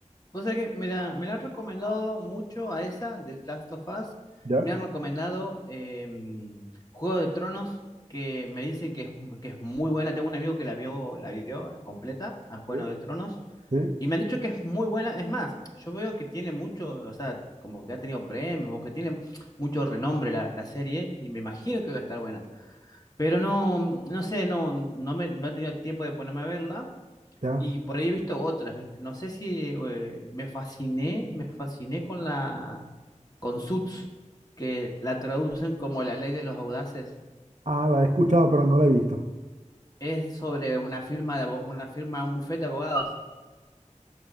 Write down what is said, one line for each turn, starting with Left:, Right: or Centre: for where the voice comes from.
Left: Vos sabés que me la, me la han recomendado mucho a esa de Last of Us.
Right: ¿Ya?
Left: Me han recomendado em, Juego de Tronos, que me dicen que es, que es muy buena. Tengo un amigo que la vio, la vio completa a Juego
Right: Sí.
Left: de Tronos.
Right: Sí,
Left: Y me han dicho que es muy buena. Es más, yo veo que tiene mucho, o sea, como que ha tenido premios o que tiene mucho renombre la, la serie y me imagino que va a estar buena. Pero no, no sé, no, no me, no he tenido tiempo de ponerme a verla.
Right: ya.
Left: Y por ahí he visto otras, ¿viste? No sé si eh, me fasciné, me fasciné con la con Suits, que la traducen como la ley de los audaces.
Right: Ah, la he escuchado, pero no la he visto.
Left: Es sobre una firma de abo- una firma, un bufete de abogados.